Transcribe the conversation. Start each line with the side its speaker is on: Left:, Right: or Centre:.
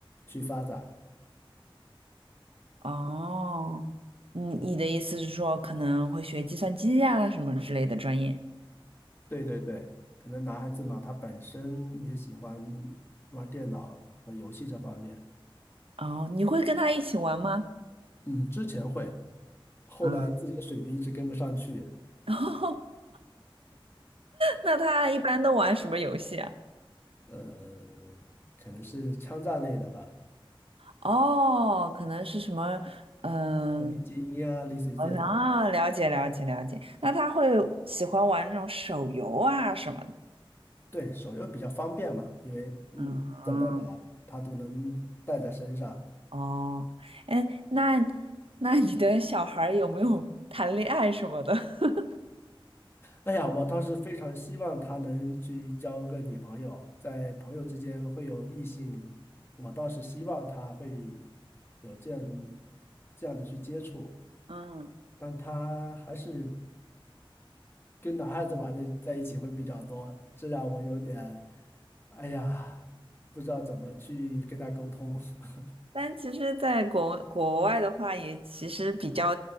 Left: 去发展。
Right: 哦，你你的意思是说可能会学计算机呀、什么之类的专业？
Left: 对对对，可能男孩子嘛，他本身也喜欢玩电脑和游戏这方面。
Right: 哦，你会跟他一起玩吗？
Left: 嗯，之前会，后来自己的水平一直跟不上去，
Right: 嗯，<laughs> 那他一般都玩什么游戏啊？
Left: 呃，可能是枪战类的吧，
Right: 哦，可能是什么，嗯、
Left: 和平精英啊，类似于这种的
Right: 呃，啊，了解了解了解。那他会喜欢玩那种手游啊什么的
Left: 对，手游比较方便嘛，因为嗯，
Right: 嗯嗯，
Left: 走到哪他都能带在身上。
Right: 哦，哎，那那你的小孩儿有没有 <laughs> 谈恋爱什么的？<laughs>
Left: 哎呀，我倒是非常希望他能去交个女朋友，在朋友之间会有异性，我倒是希望他会有这样这样的去接触，
Right: 嗯，
Left: 但他还是跟男孩子玩的在一起会比较多，这让我有点，哎呀，不知道怎么去跟他沟通。<laughs>
Right: 但其实，在国国外的话，也其实比较，